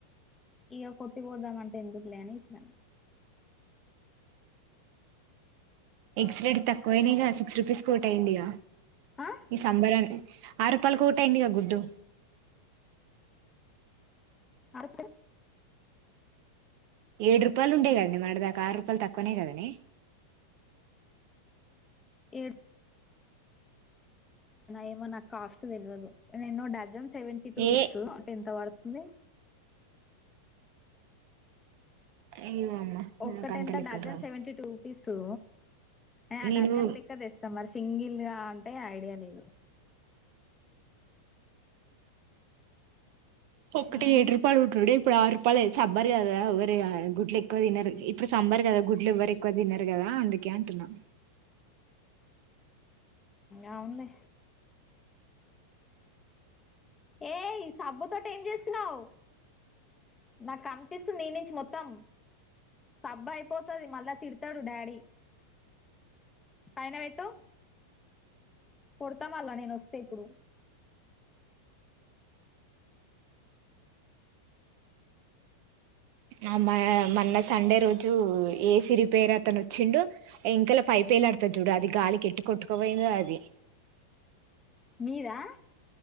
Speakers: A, on the left; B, on the right.
A: ఇగ కొట్టిపోదాం అంటే ఎందుకు లే అని ఇట్నా
B: ఎగ్స్ రేడ్ తక్కువనాయి సిక్స్ రూపీస్ కోటయింది ఇగ
A: ఆ
B: ఈ సంబరాని ఆరు రూపాలకోటాయిందిగా గుడ్డు
A: అరుపాల్
B: ఏడు రూపాయలు ఉండే కదనె మొన్నటి దాకా ఆరు రూపాయలు తక్కువనే కదనె
A: ఏడు ఏమో కాస్ట్ తెల్వదు ఎన్నో డజన్ సెవెంటీ టూ
B: ఏ
A: రూపీస్ అ ఎంత వడ్ ని
B: అయ్యోమ్మ
A: ఒక్కట
B: నాకు అంత
A: ఎంత
B: లెక్కలు
A: డజన్
B: రావు
A: సెవెంటీ టూ రుపీస్ సో అ
B: నేను
A: డజన్ లెక్క దెస్తం మరి సింగిల్ గా అ ఏ ఐడియా లేదు
B: ఒక్కటి
A: ఆ
B: ఏడు రూపాలు ఉటుడే ఇప్పుడు ఆరు రూపాయలు సబ్బర్ కదా ఎవ్వరి గుడ్లు ఎక్కువ తినరు ఇప్పుడు సంబర్ కదా గుడ్లు ఎవ్వరు ఎక్కువ తినరు కదా అందుకే అంటున్నా
A: ఊ అవునలే ఏయ్ సబ్బుతోటి ఏం చేస్తున్నావ్ నాకు కనిపిస్తుంది నీనుంచి మొత్తం సబ్బు అయిపోతది మళ్ళా తిడతడు డాడీ పైన పెట్టు కొడతామలా నేను ఒస్తే ఇప్పుడు
B: ఆ మ మన్న సండే రోజు ఏసీ రిపేర్ అతను ఒచ్చిండు ఇంకాలా పైప్ ఏలాడ్తది చూడు అది గాలి కెటు కొట్టుకోపోయిందో అది
A: మీరా